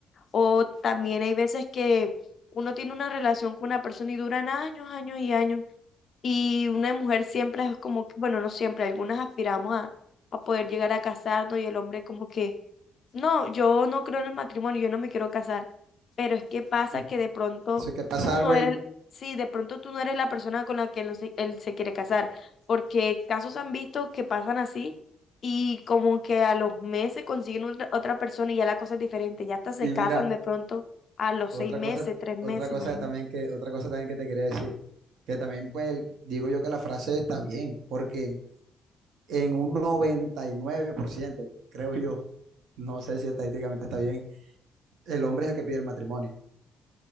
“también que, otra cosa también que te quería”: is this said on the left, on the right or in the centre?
Right